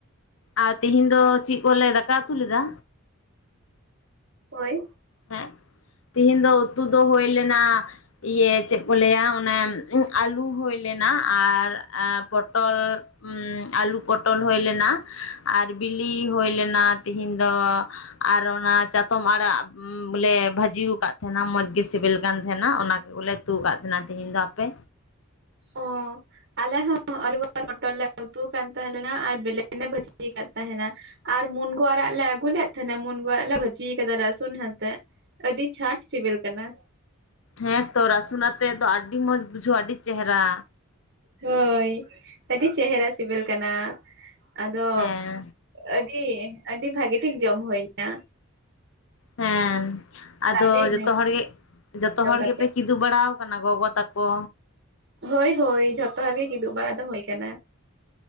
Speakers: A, on the left; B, on the right.
A: ᱟ, ᱛᱤᱦᱤᱧ ᱫᱚ ᱪᱤᱜ ᱠᱚᱞᱮ ᱫᱟᱠᱟ ᱩᱛᱩ ᱞᱮᱫᱟ?
B: ᱦᱳᱭ᱾
A: ᱦᱮᱸ ᱛᱤᱦᱤᱧ ᱫᱚ ᱩᱛᱩ ᱫᱚ ᱦᱩᱭ ᱞᱮᱱᱟ ᱤᱭᱟᱹ ᱪᱮᱫ ᱠᱚ ᱞᱟᱹᱭᱟ ᱚᱱᱮ ᱟᱹᱞᱩ ᱦᱩᱭ ᱞᱮᱱᱟ ᱟᱨ ᱮᱸ ᱯᱚᱴᱚᱞ ᱩᱸᱻ ᱟᱞᱩ ᱯᱚᱴᱚᱞ ᱦᱩᱭ ᱞᱮᱱᱟ ᱟᱨ ᱵᱤᱞᱤ ᱦᱩᱭ ᱞᱮᱱᱟ ᱛᱤᱦᱤᱧ ᱫᱚ᱾ ᱟᱨ ᱚᱱᱟ ᱪᱟᱛᱚᱢ ᱟᱲᱟᱜ ᱵᱚᱞᱮ ᱵᱷᱟᱹᱡᱤᱣᱟᱠᱟᱫ ᱛᱟᱦᱮᱱᱟ ᱢᱚᱸᱡᱽ ᱜᱮ ᱥᱤᱵᱤᱞ ᱠᱟᱱ ᱛᱟᱦᱮᱱᱟ ᱚᱱᱟ ᱠᱚᱜᱮᱞᱮ ᱩᱛᱩ ᱟᱠᱟᱫ ᱛᱟᱦᱮᱱᱟ ᱛᱤᱦᱤᱧ ᱫᱚ᱾ ᱟᱯᱮ?
B: ᱚ᱾ ᱟᱞᱮ ᱦᱚᱸ ᱟᱞᱩ ᱟᱨ ᱢᱚᱴᱚᱨᱞᱮ ᱩᱛᱩᱣᱟᱠᱟᱱ ᱛᱟᱦᱮᱸᱞᱮᱱᱟ ᱟᱨ ᱵᱮᱞᱮ ᱞᱮ ᱵᱷᱟᱹᱡᱤᱭ ᱟᱠᱟᱫ ᱛᱟᱦᱮᱱᱟ᱾ ᱟᱨ ᱢᱩᱱᱜᱳ ᱟᱲᱟᱜ ᱞᱮ ᱟᱹᱜᱩ ᱞᱮᱫ ᱛᱟᱸᱦᱮᱱᱟ ᱢᱩᱱᱜᱳ ᱟᱲᱟ ᱞᱮ ᱵᱷᱟᱹᱡᱤ ᱠᱟᱫᱟ ᱨᱟᱹᱥᱩᱱ ᱦᱟᱛᱮᱜ᱾ ᱟᱹᱰᱤ ᱪᱷᱟᱸᱴ ᱥᱤᱵᱤᱞ ᱠᱟᱱᱟ᱾
A: ᱦᱮᱸᱛᱚ ᱨᱟᱹᱥᱩᱱ ᱟᱛᱮᱫ ᱫᱚ ᱟᱹᱰᱤ ᱢᱚᱸᱡᱽ ᱵᱩᱡᱷᱟᱹᱜ ᱟᱹᱰᱤ ᱪᱮᱦᱨᱟ᱾
B: ᱦᱳᱭ, ᱟᱹᱰᱤ ᱪᱮᱦᱨᱟ ᱥᱤᱵᱤᱞ ᱠᱟᱱᱟ ᱟᱫᱚ
A: ᱦᱮᱸ
B: ᱟ <unintelligible> ᱟᱹᱰᱤ ᱵᱷᱟᱜᱮ ᱴᱷᱤᱠ ᱡᱚᱢ ᱦᱩᱭ ᱮᱱᱟ᱾
A: ᱦᱮᱸ,
B: ᱠᱚ
A: ᱟᱫᱚ
B: ᱨᱟᱲᱮᱡ ᱮᱱᱟ
A: ᱡᱚᱛᱚ ᱦᱚᱲ ᱜᱮ ᱡᱚᱛᱚ
B: ᱡᱚᱢ
A: ᱦᱚᱲ
B: ᱠᱟᱛᱮ
A: ᱜᱮᱯᱮ ᱠᱤᱫᱩᱵ ᱵᱟᱲᱟᱣᱟᱠᱟᱱᱟ ᱜᱚᱜᱚ ᱛᱟᱠᱚ?
B: ᱦᱳᱭ ᱦᱳᱭ, ᱡᱷᱚᱛᱚ ᱦᱚᱲ ᱜᱮ ᱠᱤᱫᱩᱵ ᱵᱟᱲᱟ ᱫᱚ ᱦᱳᱭ ᱠᱟᱱᱟ᱾